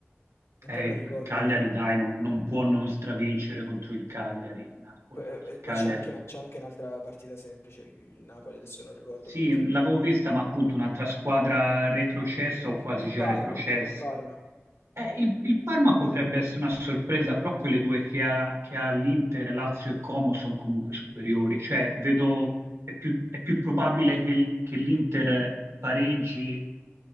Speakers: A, on the left; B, on the right.
A: e
B: Eh,
A: poi non ricordo
B: il Cagliari,
A: chi.
B: dai, no- non può non stravincere contro il Cagliari, Napoli.
A: Poi, eh,
B: Il
A: eh, Ma
B: Cagliari,
A: c'è anche, c'è anche un'altra partita semplice, il Napoli, adesso non ricordo
B: sì,
A: con chi.
B: l'avevo vista, ma appunto un'altra squadra retrocessa o quasi
A: Il
B: già
A: Parma,
B: retrocessa.
A: il Parma,
B: Eh, il, il Parma
A: il Parma.
B: potrebbe essere una sorpresa, però quelle due che ha, che ha l'Inter, Lazio e Como sono comunque superiori. Cioè, vedo, è più, è più probabile che, l- che l'Inter pareggi